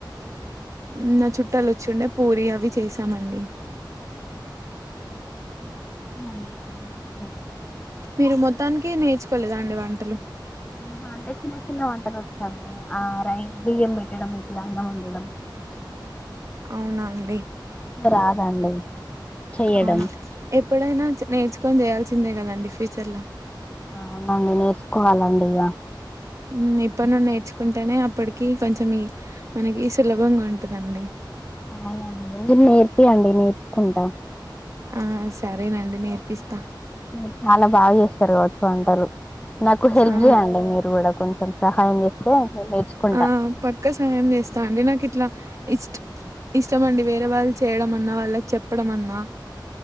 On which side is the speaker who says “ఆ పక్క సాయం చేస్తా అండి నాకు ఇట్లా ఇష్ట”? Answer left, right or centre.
Right